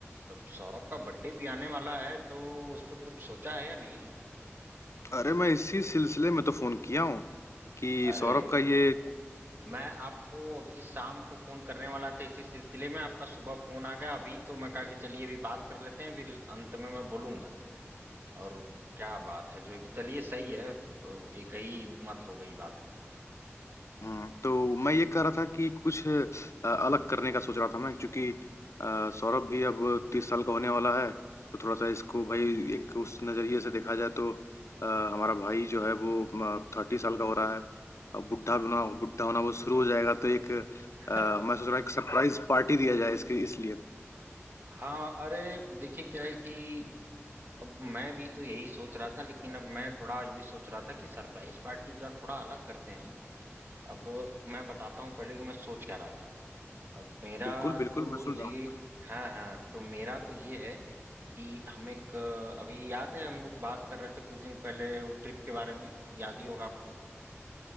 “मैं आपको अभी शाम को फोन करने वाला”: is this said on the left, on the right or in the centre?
Right